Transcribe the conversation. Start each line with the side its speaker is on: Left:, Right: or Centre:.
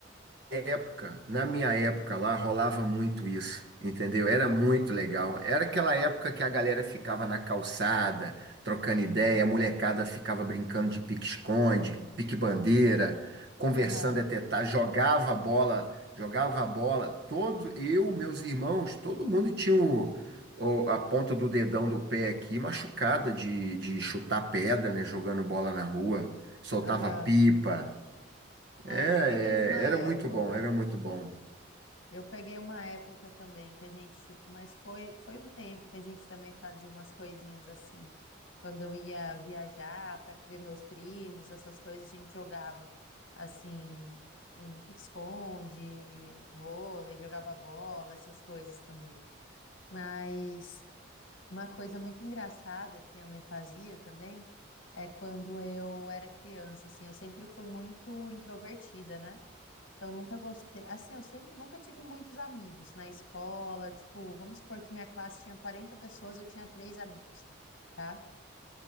Right: época, na minha época lá, rolava muito isso, entendeu? Era muito legal. Era aquela época que a galera ficava na calçada, trocando ideia, a molecada ficava brincando de pique-esconde, pique-bandeira, conversando
Left: Aham,
Right: até tarde, jogava a bola, jogava a bola. Todo, eu, meus irmãos, todo mundo tinha o, o- a ponta do dedão do pé aqui machucada de, de chutar pedra, né? Jogando bola na rua, soltava
Left: aham.
Right: pipa.
Left: Ah,
Right: É, é,
Left: eu peguei uma
Right: era
Left: época.
Right: muito bom, era muito bom.
Left: Eu peguei uma época também que a gente, tipo, mas foi, foi um tempo que a gente também fazia umas coisinhas assim. Quando eu ia viajar para ver meus primos, essas coisas, a gente jogava assim, um pique-esconde, vôlei, jogava bola, essas coisas também. Mas uma coisa muito engraçada que minha mãe fazia também é quando eu era criança, assim, eu sempre fui muito introvertida, né? Então, nunca gostei. Assim, eu sempre, nunca tive muitos amigos na escola. Tipo, vamos supor que minha classe tinha 40 pessoas, eu tinha três amigos, tá?